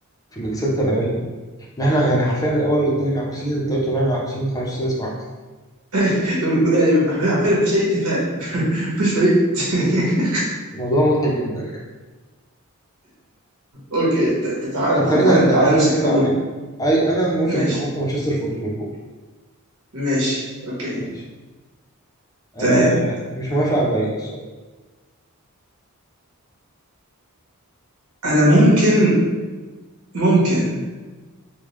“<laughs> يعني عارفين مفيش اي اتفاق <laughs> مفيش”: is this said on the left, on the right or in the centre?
Right